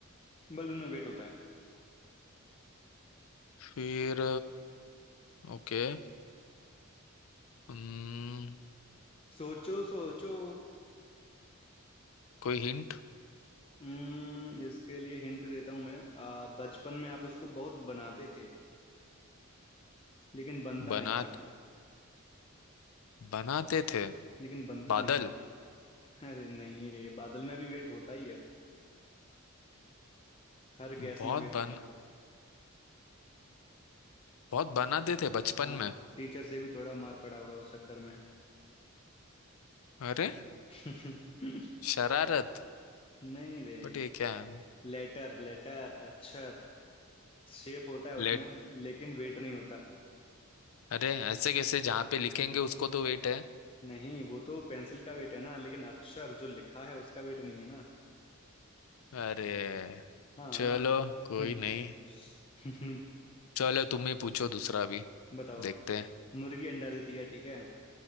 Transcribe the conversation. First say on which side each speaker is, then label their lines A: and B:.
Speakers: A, on the left (about 25°); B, on the left (about 70°).
A: बल्कि उनमें वेट होता है
B: फिर ओके कोई
A: सोचो सोचो
B: कोई हिंट
A: हम्म इसके लिए हिंट देता हूं मैं आ, बचपन में आप उसको बहुत बनाते थे लेकिन बनता
B: बना
A: नहीं था
B: बनाते थे
A: लेकिन बनता
B: बादल
A: नहीं था अरे नहीं रे बादल में भी वेट होता ही है हर गैस
B: बहुत
A: में वेट
B: बन
A: होता है
B: बहुत
A: जिस-
B: बनाते थे बचपन
A: हाँ
B: में
A: टीचर से भी थोड़ा मार पड़ा होगा उस चक्कर में
B: अरे
A: <laughs>
B: शरारत
A: नहीं रे
B: बट ये क्या है
A: लेटर लेटर अक्षर शेप होता है उसमें
B: लेट
A: लेकिन वेट नहीं होता
B: अरे ऐसे कैसे जहाँ पे लिखेंगे उसको तो वेट है
A: नहीं वो तो पेंसिल का वेट है ना लेकिन अक्षर जो लिखा है उसका वेट नहीं है ना
B: अरे
A: हाँ
B: चलो कोई
A: हम्म,
B: नहीं
A: हम्म,
B: चलो तुम ही पूछो दूसरा भी
A: बताओ
B: देखते हैं
A: मुर्गी अंडा देती है ठीक है